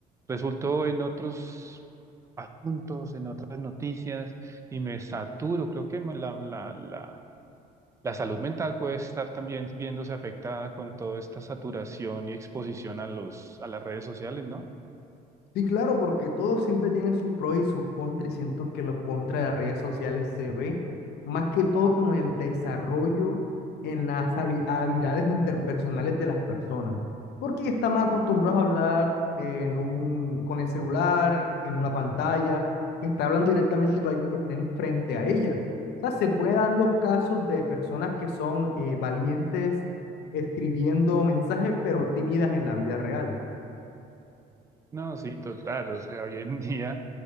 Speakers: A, on the right; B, on the left.
A: Resultó en otros asuntos, en otras noticias y me saturo. Creo que la, la, la, la salud mental puede estar también viéndose afectada con toda esta saturación y exposición a los, a las redes sociales, ¿no?
B: Sí, claro, porque todo siempre tiene sus pros y sus contras, y siento que los contras de las redes sociales se ve más que todo como en el desarrollo, en las habi- habilidades interpersonales de las personas, porque ya están más acostumbrados a hablar en un, con el celular, en una pantalla, que está hablando directamente con alguien que esté en- frente a ellas. O sea, se pueden dar los casos de personas que son eh, valientes escribiendo mensajes, pero tímidas en la vida real.
A: No, sí, total. O sea, hoy en día